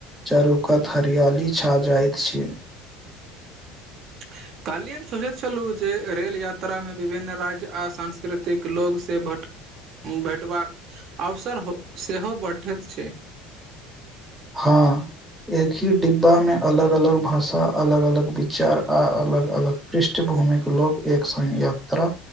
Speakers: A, in the centre; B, on the right (about 40°).
A: चारुकत हरियाली छा जाइत छै
B: <unintelligible> काल्हि हम सोचैत छलहुँ जे रेल यात्रामे विभिन्न राज्य आ सांस्कृतिक लोकसँ भट्ट भेटबाक अवसर सेहो भठैत छै
A: हँ एकहि डिब्बा में अलग अलग भाषा अलग अलग विचार आ अलग अलग पृष्ठभूमिक कऽ लोकोग एक संग यात्रा